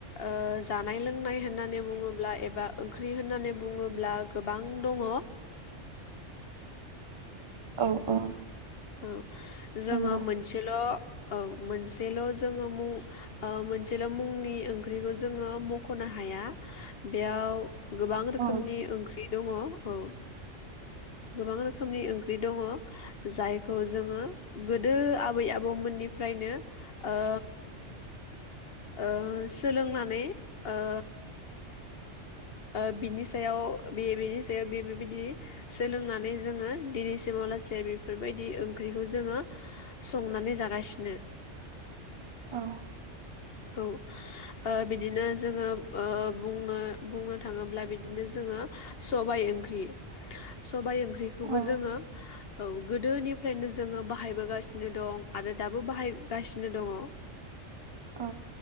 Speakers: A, on the left; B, on the right.
A: ओ जानाय लोंनाय होननानै बुङोब्ला एबा ओंख्रि होननानै बुङोब्ला गोबां दङ'।
B: औ औ
A: औ जोङो
B: नंगौ
A: मोनसेल' औ मोनसेल जोङो मुं ओ मोनसेल' मुंनि ओंख्रिखौ जोङो मख'नो हाया बेयाव गोबां रोखोमनि
B: औ
A: ओंख्रि दङ'। औ गोबां रोखोमनि ओंख्रि दङ' जायखौ जोङो गोदो आबै आबौमोननिफ्रायनो ओ ओ सोलोंनानै ओ ओ बिनि सायाव बे बेनि सायाव बे बेबायदि सोलोंनानै जोङो दिनैसिमाव लासै बेफोरबायदि ओंख्रिखौ जोङो संनानै जागासिनो।
B: औ
A: औ ओ बिदिनो जोङो ओ बुंनो बुंनो थाङोब्ला बिदिनो जोङो सबाय ओंख्रि, सबायाइ ओंख्रिखौबो
B: औ औ
A: जोङो औ गोदोनिफ्रायनो जोङो बाहायबोगासिनो दं आरो दाबो बाहायगासिनो दङ'
B: अ